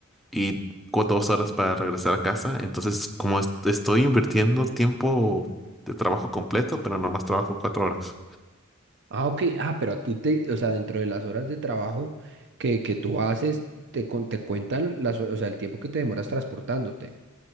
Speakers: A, in the centre; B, on the right.
A: y cu- dos horas para regresar a casa. Entonces, como est- estoy invirtiendo tiempo de trabajo completo, pero nomás trabajo cuatro horas.
B: Ah, ok. Ah, pero a ti te, o sea, dentro de las horas de trabajo que, que tú haces, te, con- te cuentan las, o sea, el tiempo que te demoras transportándote.